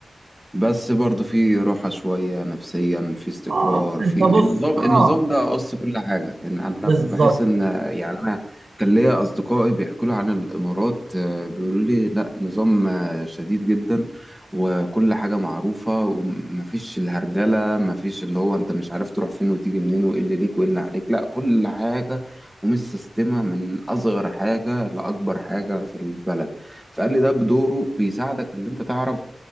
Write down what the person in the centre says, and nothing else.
بس برضو في راحة شوية نفسيا في استقرار
في
النظام
النظام ده قص كل حاجة إن أنا
بحس إن يعني أنا كان ليا أصدقائي بيحكوا لي عن الإمارات آه، بيقولوا لي لا نظام آه، شديد جدا وكل حاجة معروفة ومفيش الهرجلة مفيش اللي هو أنت مش عارف تروح فين وتيجي منين وإيه اللي ليك وإيه اللي عليك لا كل حاجة ومتسيستمة من أصغر حاجة لأكبر حاجة في البلد فقال لي ده بدوره بيساعدك ان انت تعرف